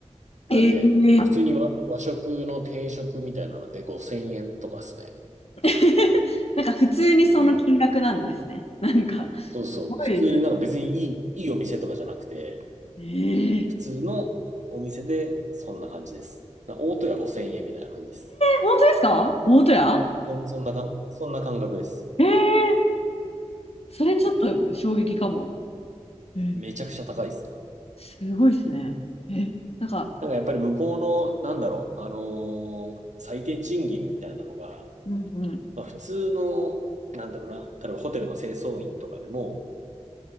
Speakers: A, on the left; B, on the right.
A: ええ
B: なんで、普通に和、和食の定食みたいなので5000円とかっすね。
A: <laughs> なんか普通にその金額なんですね。
B: うん。
A: なんか、すごいですね。
B: そうそう。普通になんか別にいい、いいお店とかじゃなくて、
A: ええ
B: 普通のお店でそんな感じです。な大戸屋5000円みたいな感じです。
A: 本当ですか大戸屋
B: そん、そんなかん、そんな感覚です。
A: ええそれちょっと衝撃かも。
B: うん。
A: ええ、
B: めちゃくちゃ高いですね。
A: すごいですね。え、なんか、
B: なんかやっぱり向こうの、なんだろう、あのー最低賃金みたいなのが、
A: うんうん。
B: まあ普通の、なんだろうな、例えばホテルの清掃員とかでも、